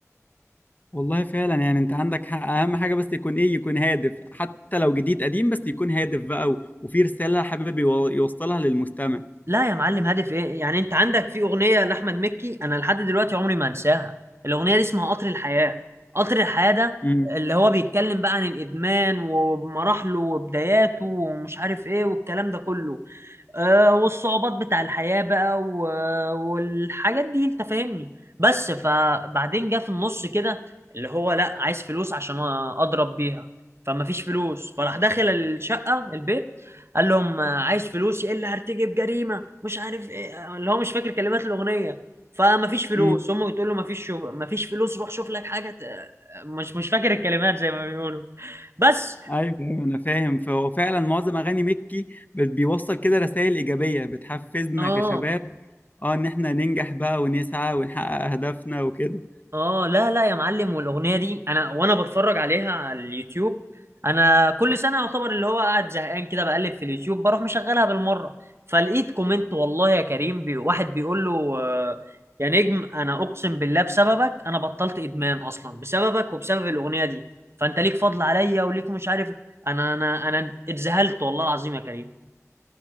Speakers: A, on the left (about 30°); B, on the right (about 50°).
A: والله فعلا يعني انت عندك حق اهم حاجة بس يكون ايه يكون هادف حتى لو جديد قديم بس يكون هادف بقى و- وفي رسالة حابب يو- يوصلها للمستمع
B: لا يا معلم هدف ايه يعني انت عندك في اغنيه لاحمد مكي انا لحد دلوقتي عمري ما انساها الاغنيه دي اسمها قطر الحياه قطر الحياه ده
A: مم.
B: اللي هو بيتكلم بقى عن الادمان ومراحله وبداياته ومش عارف ايه والكلام ده كله آه، والصعوبات بتاع الحياة بقى و- والحاجات دي انت فاهمني بس فبعدين جه في النص كده اللي هو لا عايز فلوس عشان اضرب بيها فما فيش فلوس فراح داخل الشقة البيت قال لهم آه، عايز فلوس يا الا هرتجب جريمة مش عارف ايه اللي هو مش فاكر كلمات الأغنية فما فيش فلوس
A: مم.
B: امه بتقول له ما فيش ما فيش فلوس روح شوف لك حاجة ت- مش مش فاكر الكلمات زي ما بيقولوا بس
A: ايوه أيوة، انا فاهم فهو فعلا معظم اغاني مكي بت- بيوصل كده رسائل ايجابية بتحفزنا
B: اه
A: كشباب اه ان احنا ننجح بقى ونسعى ونحقق اهدافنا وكده
B: اه لا لا يا معلم والاغنيه دي انا وانا بتفرج عليها على اليوتيوب انا كل سنه يعتبر اللي هو قاعد زهقان كده بقلب في اليوتيوب بروح مشغلها بالمره فلقيت كومنت والله يا كريم بي واحد بيقول له آه، يا نجم انا اقسم بالله بسببك انا بطلت ادمان اصلا بسببك وبسبب الاغنيه دي فانت ليك فضل عليا وليك مش عارف انا انا انا اتذهلت والله العظيم يا كريم